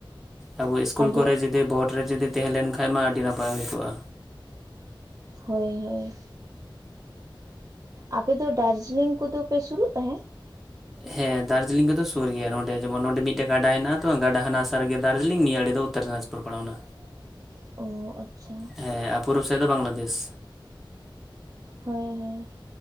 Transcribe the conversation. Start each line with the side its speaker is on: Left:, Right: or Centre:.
Centre: ᱟᱵᱚ ᱥᱠᱩᱞ
Right: ᱟᱫᱚ
Centre: ᱠᱚᱨᱮ ᱡᱩᱫᱤ ᱵᱳᱨᱰ ᱨᱮ ᱡᱩᱫᱤ ᱛᱟᱦᱮᱸ ᱞᱮᱱ ᱠᱷᱟᱱᱡ ᱢᱟ ᱟᱹᱰᱤᱰᱤ ᱱᱟᱯᱟᱭ ᱦᱩᱭ ᱠᱚᱜᱼᱟ᱾
Right: ᱦᱳᱭ ᱦᱳᱭ᱾ ᱟᱯᱮ ᱫᱚ ᱰᱟᱨᱡᱤᱞᱤᱝ ᱠᱚᱫᱚ ᱯᱮ ᱥᱩᱨᱩᱜ ᱛᱟᱦᱮᱸᱫ?
Centre: ᱦᱮᱸ ᱫᱟᱨᱡᱤᱞᱤᱝ ᱠᱚᱫᱚ ᱥᱩᱨ ᱜᱮᱭᱟ ᱱᱚᱸᱰᱮ ᱡᱮᱢᱚᱱ ᱱᱚᱰᱮ ᱢᱤᱫᱴᱮᱡ ᱜᱟᱰᱟ ᱦᱮᱱᱟᱜ ᱛᱚ ᱜᱟᱰᱟ ᱦᱟᱱᱟᱥᱟᱨ ᱨᱮᱜᱮ ᱫᱟᱨᱡᱤᱞᱤᱝ ᱱᱤᱭᱟᱹ ᱟᱲᱮ ᱫᱚ ᱤᱛᱛᱚᱨ ᱫᱤᱱᱟᱡᱯᱩᱨ ᱯᱟᱲᱟᱣᱱᱟ᱾
Right: <inaudible> ᱟᱪᱪᱷᱟ
Centre: ᱦᱮᱸ ᱟᱨ ᱯᱩᱨᱩᱵ ᱥᱮᱫ ᱫᱚ ᱵᱟᱝᱞᱟᱫᱮᱥ᱾
Right: ᱦᱳᱭ ᱦᱳᱭ᱾